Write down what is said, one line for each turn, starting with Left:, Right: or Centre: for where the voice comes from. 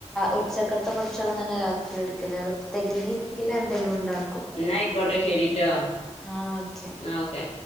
Centre: ഉച്ചക്കത്തെ ഭക്ഷണം തന്നെ രാത്രി എടുക്കല് അത് തികഞ്ഞിലേല് ഇല്ലേലെന്തേലും ഉണ്ടാക്കും
Left: ഇന്നാആയിക്കോട്ടെ ശരിട്ടോ
Centre: ആഹ് ഓക്കെ
Left: ന്നാ ഓക്കെ